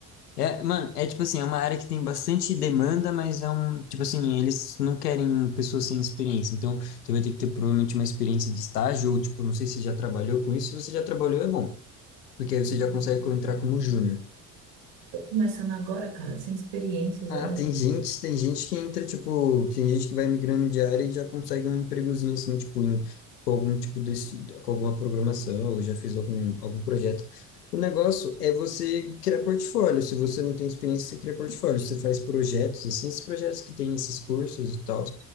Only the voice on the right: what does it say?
Tô começando agora, cara, sem experiência, zero.